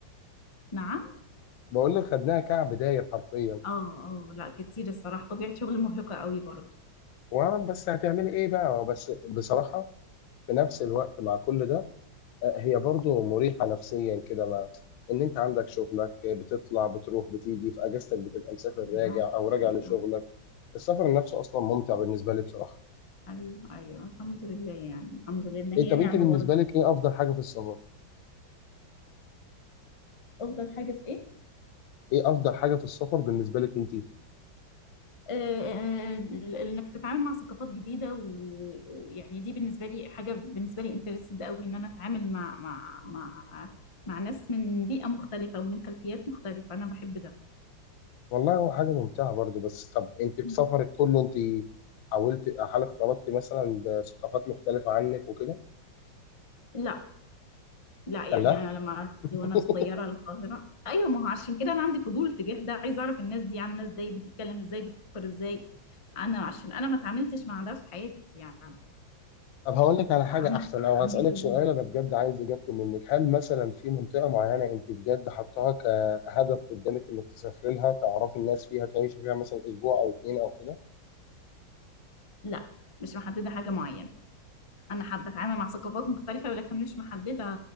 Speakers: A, on the left; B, on the left.
A: نعم
B: بقول لك خدناها كعب داير حرفيا
A: اه اه لا كتير الصراحة طبيعة شغل مرهقة قوي برضه
B: وانا بس هتعملي ايه بقى بس بصراحه في نفس الوقت مع كل ده آه، هي برضو مريحه نفسيا كده ما ان انت عندك شغلك آه، بتطلع بتروح بتيجي في اجازتك بتبقى مسافر
A: أيوه
B: راجع او راجع
A: أيوه
B: لشغلك السفر نفسه اصلا ممتع بالنسبه لي بصراحه
A: ايوه ايوه الحمد لله يعني الحمد لله ان هي
B: إيه طب
A: نعمه
B: انت بالنسبه
A: برضه
B: لك ايه افضل حاجه في السفر
A: افضل حاجه في ايه
B: ايه افضل حاجه في السفر بالنسبه لك انت
A: آه، آه، آه، انك تتعامل مع ثقافات جديده و- ويعني دي بالنسبه لي حاجه بالنسبه لي انترستد قوي ان انا اتعامل مع مع مع مع ناس من بيئه مختلفه ومن خلفيات مختلفه انا بحب ده
B: والله هو حاجه ممتعه برضو بس طب انت في
A: مم.
B: سفرك كله انت حاولت هل اختلطتي مثلا بثقافات مختلفه عنك وكده
A: لا لا يعني
B: كان لا
A: انا لما رحت
B: <laughs>
A: وانا صغيره القاهره ايوه ما هو عشان كده انا عندي فضول تجاه ده عايزه اعرف الناس دي عامله ازاي بتتكلم ازاي بتفكر ازاي انا عشان انا ما اتعاملتش مع ده في حياتي يعني
B: طب هقول لك على حاجة
A: عندي
B: أحسن أو هسألك
A: عندي فضول
B: سؤال أنا بجد عايز إجابته منك هل مثلا في منطقة معينة أنت بجد حطاها كهدف قدامك إنك تسافري لها تعرفي الناس فيها تعيشي فيها مثلا أسبوع أو اتنين أو كده؟
A: لا مش محددة حاجة معينة أنا حابة أتعامل مع ثقافات مختلفة ولكن مش محددة